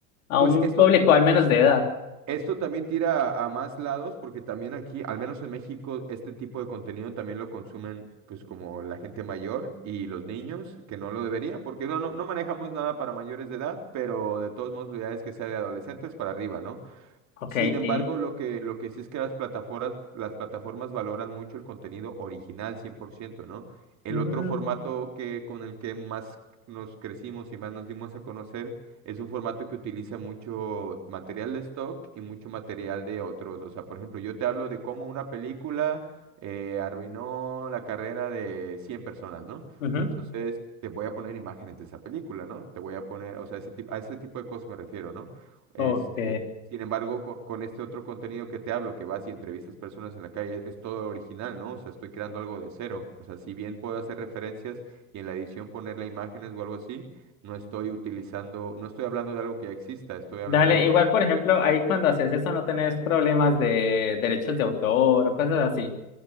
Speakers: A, on the left; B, on the right.
A: a
B: pues
A: un
B: esto
A: público al menos de edad.
B: Esto también tira a más lados porque también aquí, al menos en México, este tipo de contenido también lo consumen pues como la gente mayor y los niños que no lo deberían porque no, no, no manejamos nada para mayores de edad, pero de todos modos la idea es que sea de adolescentes para arriba, ¿no?
A: Ok,
B: Sin embargo,
A: sí.
B: lo que, lo que sí es que las plataformas, las plataformas valoran mucho el contenido original cien por ciento ¿no? El
A: Mm,
B: otro formato que, con el que más nos crecimos y más nos dimos a conocer es un formato que utiliza mucho material de stock y mucho material de otros. O sea, por ejemplo, yo te hablo de cómo una película eh, arruinó la carrera de 100 personas, ¿no?
A: ujú,
B: Entonces, te voy a poner imágenes de esa película, ¿no? Te voy a poner, o sea, ese tip- a ese tipo de cosas me refiero, ¿no? Este,
A: Ok.
B: sin embargo, co- con, este otro contenido que te hablo, que vas y entrevistas personas en la calle, es todo original, ¿no? O sea, estoy creando algo de cero. O sea, si bien puedo hacer referencias y en la edición ponerle imágenes o algo así, no estoy utilizando, no estoy hablando de algo que ya exista, estoy hablando
A: Dale, igual, por ejemplo, ahí cuando haces eso no tenés problemas de derechos de autor o cosas así.